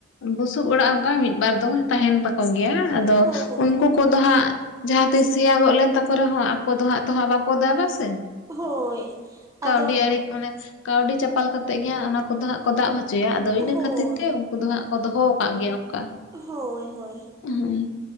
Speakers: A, on the left; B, on the right.
A: ᱵᱩᱥᱩᱵ ᱚᱲᱟᱜ ᱚᱱᱠᱟ ᱢᱤᱫ ᱵᱟᱨ ᱫᱚ ᱛᱟᱦᱮᱸᱱ ᱛᱟᱠᱚ ᱜᱮᱭᱟ᱾ ᱟᱫᱚ
B: ᱦᱳᱭ
A: ᱩᱱᱠᱩ ᱠᱚᱫ ᱫᱚ ᱦᱟᱸᱜ ᱡᱟᱦᱟᱸ ᱛᱤᱥ ᱥᱮᱭᱟ ᱜᱚᱜ ᱞᱮᱱ ᱛᱟᱠᱚ ᱨᱮᱦᱚᱸ ᱟᱠᱚ ᱫᱚ ᱦᱟᱸᱜ ᱛᱚ ᱦᱟᱸᱜ ᱵᱟᱠᱚ ᱫᱟᱵ-ᱟ ᱥᱮ᱾
B: ᱦᱳᱭ᱾
A: ᱠᱟᱹᱣᱰᱤ
B: ᱟᱫᱚ
A: ᱟᱹᱨᱤ ᱢᱟᱱᱮ ᱠᱟᱹᱣᱰᱤ ᱪᱟᱯᱟᱞ ᱠᱟᱛᱮᱜ ᱜᱮ ᱦᱟᱸᱜ ᱚᱱᱟ ᱠᱚᱫᱚ ᱦᱟᱸᱜ ᱠᱚ ᱫᱟᱵ ᱦᱚᱪ ᱡᱮᱭᱟᱜ ᱫᱚ ᱤᱱᱟᱹ
B: ᱦᱳᱭ
A: ᱠᱷᱟᱹᱛᱤᱨ ᱛᱮ ᱩᱱᱠᱩ ᱫᱚ ᱦᱟᱸᱜ ᱠᱚ ᱫᱚᱦᱚ ᱠᱟᱜ ᱜᱮᱭᱟ ᱚᱱᱠᱟ᱾
B: ᱦᱳᱭ ᱦᱳᱭ᱾
A: ᱦᱩᱸ᱾